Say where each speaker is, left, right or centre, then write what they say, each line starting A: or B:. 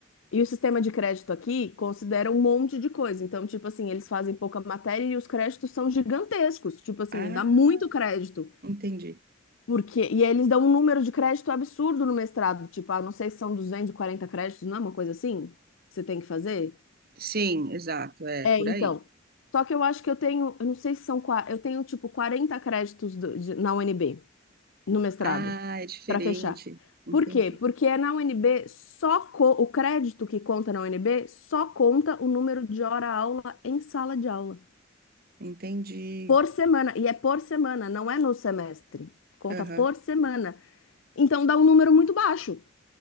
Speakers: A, on the left; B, on the right.
A: E o sistema de crédito aqui considera um monte de coisa. Então, tipo assim, eles fazem pouca matéria e os créditos são gigantescos. Tipo assim,
B: Ah,
A: dá muito crédito.
B: entendi.
A: Porque... E eles dão um número de crédito absurdo no mestrado. Tipo, ah, não sei se são 240 créditos, não é uma coisa assim? que Você tem que fazer?
B: Sim, exato, é
A: É,
B: por
A: então.
B: aí.
A: Só que eu acho que eu tenho, eu não sei se são, qua- eu tenho tipo 40 créditos do- de- na UNB no mestrado,
B: Ah, é diferente.
A: para fechar.
B: Entendi,
A: Por quê? Porque é na UNB só co- o crédito que conta na UNB só conta o número de hora-aula em sala de aula
B: entendi.
A: por semana e é por semana, não é no semestre. Conta
B: Aham.
A: por semana. Então dá um número muito baixo.